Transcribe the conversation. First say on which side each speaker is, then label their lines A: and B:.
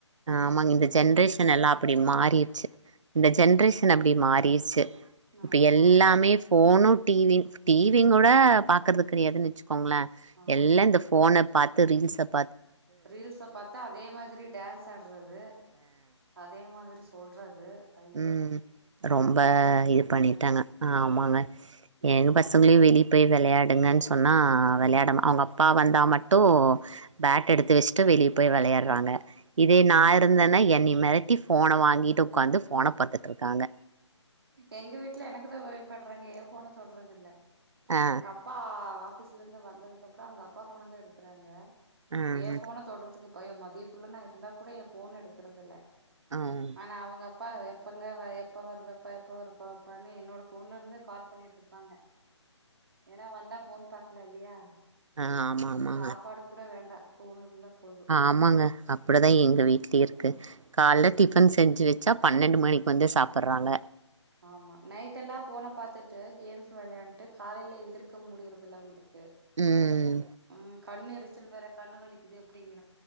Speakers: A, on the right; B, on the right.
A: ஆஹ் ஆமாங்க இந்த ஜென்ரேஷன் எல்லாம் அப்டி
B: இருக்காங்க
A: மாறிர்ச்சு இந்த ஜென்ரேஷன் அப்டி மாறிர்ச்சு இப்ப
B: ஆமா
A: எல்லாமே
B: ஆமாங்க
A: போனு டிவி டிவி கூட பாக்கறது கிடையாதுன்ச்சு ங்கள எல்லாம்
B: ஆமா
A: இந்த போன பாத்து த ரீல்ஸ் அப்
B: ரீல்ஸ பாத்தா அதே மாதிரி டான்ஸ் சாடுறது அதே மா மாதிரி சொல்றது ஐயோ
A: உஹம் ரொம்ப
B: என்னத்த சொல்றீங்க
A: இது பண்ணிட்டாங்க ஆமாங்க
B: ம்
A: எங்க பசங்களையும் வெளிய போய் விளையாட எடுங்கன் சொன்னா விளையாடுஅவங்க அப்பா வந்தா மட்டு பேட் எடுத்து வச்சுட்டு வெளிய போய் விளையாடுறாங்க இதே
B: ஓ
A: நான் இருந்தேன்ன என்னி மிரட்டி போன வாங்கிட்டு உட்காந்து போன பாத்துட்ருக்காங்க
B: எங்க வீட்டுல எனக்குதான் பயப்படறாங்க என் போன தொடறது இல்ல
A: ஆ
B: உங்க அப்பா ஆபீஸ்லருந்து வந்ததுக்கு அப்றோ அவுங்க அப்பா போன தா எடுக்கறாங்க
A: ம்
B: ஏ போன தொட்றதுக்கு பயோ மதிய ஃபுல்ல நா இருந்தா கூட எ போன எடுக்கறதில்ல
A: ம்
B: ஆனா அவங்க அப்பா எ ப்பங்க <unintelligible> எப்ப வருவப்பா எப்ப வருப்பாப்பான்னு என்னோட போன்ல இருந்து கால் பண்ணிட்ருப்பாங்க ஏன்னா வந்தா போன் பாக்கலா இல்லையா
A: ஆ ஆமா ஆமாங்க
B: சாப்பாடு கூட வேண்டா ஃபோன் இருந்தா போது
A: ஆமாங்க அப்படிதா எங்க வீட்ல இருக்கு கால்ல டிஃ ஃபன் செஞ்சு வெச்சா பன்னெண்டு மணிக்கு வந்து சாப்பறாங்க
B: ஆமா நைட் எல்லா ஃபோன பாத்துட்டு கேம்ஸ் விளையாண்ட்டு காலையில எந்திரு க்கு முடியறதில்ல அவங்களுக் கு
A: ம்
B: உம் கண்ணு எரிச்சல் வேற கண்ணு வலி இது எப்டிங்க